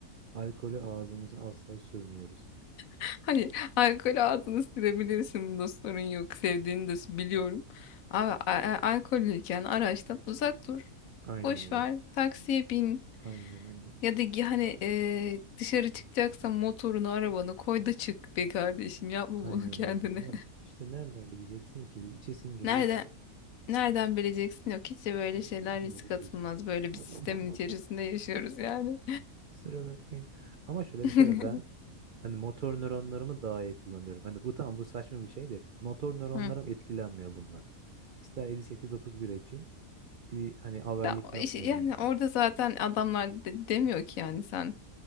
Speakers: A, on the right; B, on the left.
A: alkolü ağzımıza asla sürmüyoruz.
B: Hayır, alkol ağzını sürebilirsin. Bunda sorun yok. Sevdiğini de s- biliyorum. Ama a- a- alkollüyken araçtan uzak dur.
A: Aynen
B: Boş
A: öyle.
B: ver. Taksiye bin.
A: Aynen öyle.
B: Ya da gi- hani e, dışarı çıkacaksan motorunu, arabanı koy da çık be kardeşim. Yapma
A: Aynen
B: bunu kendine.
A: öyle. Ama işte nereden bileceksin ki? İçesin
B: <laughs>
A: geliyor.
B: Nereden nereden bileceksin? Yok hiç de böyle şeyler risk
A: Doğru
B: atılmaz.
A: diyorsun.
B: Böyle
A: <laughs>
B: bir sistemin içerisinde yaşıyoruz yani.
A: Kusura bakmayın. Ama şöyle
B: <laughs>
A: bir şey var. Ben hani motor nöronlarımı daha iyi kullanıyorum. Hani bu tam bu saçma bir şey de motor nöronlarım
B: Hı.
A: etkilenmiyor bundan. İster 7 8 9 bir açayım. İyi, hani avellik
B: Ya, o
A: yapmıyorum.
B: işi- yani orada zaten adamlar de- demiyor ki yani sen